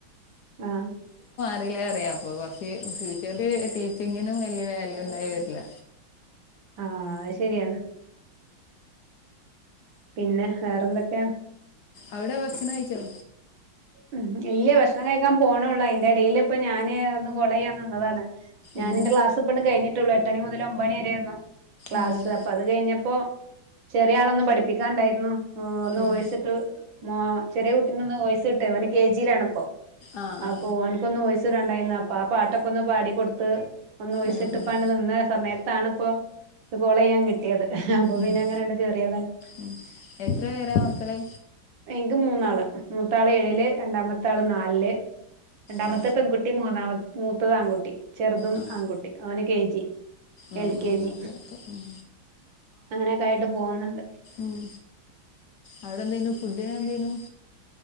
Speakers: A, on the right (about 70°); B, on the left (about 65°).
A: ആ
B: അറിയ അപ്പൊ കുറച്ച് ഫ്യൂച്ചറി ടീച്ചിങ്ങിനും വല്ിയ വാല്യൂ ഉണ്ടായി വരില്ല
A: ആഹ അ ശരിയാണ് പിന്നെ വേറെന്തൊക്കെയാ
B: അവിടെ ഭക്ഷണം കഴിച്ചോ
A: ഉം ഇല്ലയേ ഭക്ഷണം കഴിക്കാൻ പോണള്ളൂ അതിന്റെ ഇടൽ ഇപ്പൊ ഞാന് ഒന്ന് കൊള ചെയ്യാൻ നന്നതാണ് ഞാൻന്റെ
B: ഉം
A: ക്ലാസ് പെണ് കഴിഞ്ഞിട്ടുള്ളൂ എട്ടണി മുതൽ ഒമ്പണിരായിന്നോ ക്ലാസ്സ്
B: ഉം
A: അപ്പൊ അത് കഴിഞ്ഞപ്പോ ചെറിയ ആളൊന്നും പഠിപ്പിക്കാണ്ടായിരുന്നു ഓ ഒന്ന്
B: ഉം
A: വോയിസിിട്ട് മ ചെറിയ കുട്ടീ ഒന്ന് വോയിസ് കട്ടേ അവന് കെ ജിയിലാണിപ്പോൊ
B: ആ
A: അപ്പൊ
B: ആ
A: എനിക്കൊന്ന് പോ മണ്ടായിന്ന അപ്പൊ ആ പാട്ടൊക്കെ ഒന്ന് പാട കൊടുത്ത് ഒന്ന് ഴിച്ചിട്ട്
B: ഉം ഉം
A: പാണ്ട് നിന്ന സമയത്താണിപ്പോൊ കൊള ചെയ്യാൻ കിട്ടിയത് അപ്പൊ
B: ഉം
A: പിന്നെ അങ്ങനെ എണ്ട് കയറിയതാണ്
B: ഉം എത്ര പേരാ നോക്കളെ
A: എനിക്ക് മൂന്നാള് മൂത്താള് ഏഴില് രണ്ടാമ്പത്ത ആള് നാലില് രണ്ടാമത്തെ
B: ആ
A: പെൺകുട്ടി മൂന്നാമ മൂത്തത് ആൺകുട്ടി ചെറുതും
B: ആ
A: ആൺകുട്ടി അവന് കെ ജി
B: ഉം
A: എൽ കെ
B: ഉം
A: ജി
B: ഓക്കെ ഓക്കെ ഉം
A: അങ്ങനെയൊക്കെ ആയിട്ട് പോകുന്നുണ്ട്
B: ഉം അവിടെ എന്തേനു ഫുഡിന്െ എന്തേനു